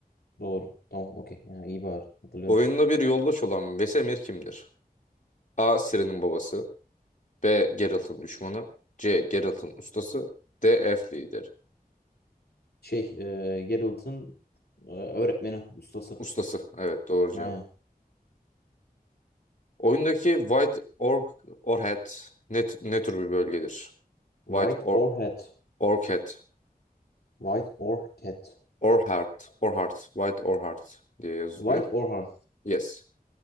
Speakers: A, on the left; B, on the left.
A: Doğru. Tamam okey. Ya, iyi bari. Hatırlıyormuş.
B: Oyunda bir yoldaş olan Vesemir kimdir? A. Ciri'nin babası. B. Geralt'ın düşmanı. C. Geralt'ın ustası. D. Elf lideri.
A: Şey e, Geralt'ın e, öğretmeni. Ustası.
B: Ustası. Evet doğru cevap.
A: Aynen.
B: Oyundaki White Orc Orchid ne, ne tür bir bölgedir?
A: White
B: White Or
A: Orchid.
B: Orchid
A: White Orchid.
B: Orchard, Orhard, White Orhard diye yazılıyor.
A: White Orchid.
B: Yes.